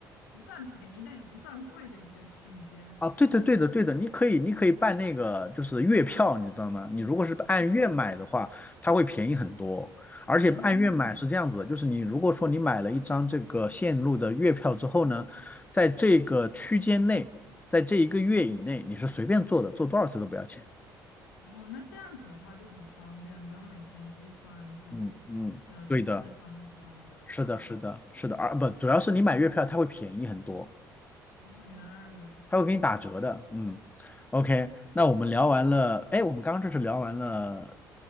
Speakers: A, on the left (about 90°); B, on the left (about 15°).
A: 不算便宜，但也不算贵的一个区间。
B: 啊，对的，对的，对的，你可以，你可以办那个就是月票，你知道吗？你如果是按月买的话，
A: 嗯，
B: 它会便宜很多。而且按月买是这样子的，
A: 哦，原来。
B: 就是你如果说你买了一张这个线路的月票之后呢，在这个区间内，在这一个月以内，你是随便坐的，坐多少次都不要钱。
A: 哦，那这样子的话就很方便，不用每天计算自己的这方面花了多少钱。
B: 嗯嗯，对的，是的，是的，是的，而不主要是你买月票它会便宜很多。
A: 哦，原来如此，
B: 他会给你打折的，嗯，OK，那我们聊完了，哎，我们刚刚这是聊完了，